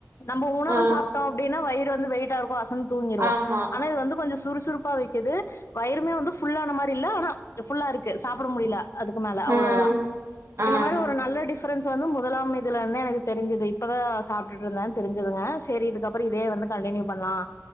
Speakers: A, on the left; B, on the right.
A: நம்ம உணவு
B: ஆ
A: சாப்பிட்டோம் அப்படின்னா வயிற் வந்து வெயிட்டா இருக்கும் தூங்கிடுவோம்
B: ஆமா
A: ஆனா வந்து கொஞ்சம் சுறுசுறுப்பு வைக்கிது வயருமே வந்து ஃபுல்லான மாதிரி இல்ல ஆனா ஃபுல்லா இருக்கு சாப்பிட முடியல அதுக்கு மேல அவ்ளோவுதான்
B: ஆ ஆ
A: இந்த மாரி ஒரு நல்ல டிஃபரெண்ட் வந்து முதலாம் இதுல இருந்து எனக்கு தெரிஞ்சது இப்பதான் சாப்பிட்டுட்டு இருந்தது தெரிஞ்சதுங்க செரி இதுக்கப்புறம் இதே வந்து கண்டினியூ பண்ணலாம்